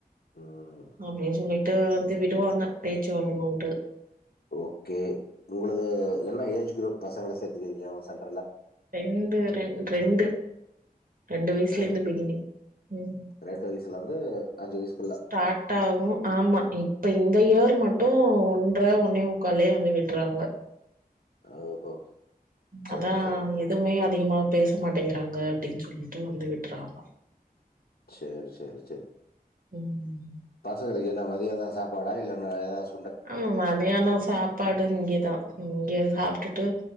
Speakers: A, on the left; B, on the right.
A: ம்
B: அப்டின்னு சொல்லிட்டு வந்து விடுவாங்க பேச்சு வர்ணோன்டு
A: ஓகே உங்களது என்ன ஏஜ் குரூப் பசங்கள சேத்துக்குவிங்க வசன்
B: ரெண்டு ரெண் ரெண்டு ரெண்டு வயசுல
A: ரெண்
B: இருந்து பிகினிங் ம்
A: ரெண்டு வயசுல இருந்து அஞ்சு வயசுக்குள்ள
B: ஸ்டார்ட்டாகும் ஆமா இப்ப இந்த இயர் மட்டும் ஒன்ற ஒன்னே முக்கால்லயே வந்து விட்றாங்க
A: ஓஹோ சேரி
B: அதான்
A: சேரி சேரி
B: எதுவுமே அதிகமா பேச மாட்டேங்கிறாங்க அப்டின்னு சொல்லிட்டு வந்து விட்றாங்க
A: சேரி சேரி சேரி
B: ம்.
A: பசங்களுக்கு லாம் மதியம் தான் சாப்பாடா இல்லனா எதாச்சு
B: ஆமா மதியானம் சாப்பாடு இங்கதான் இங்க சாப்டுட்டு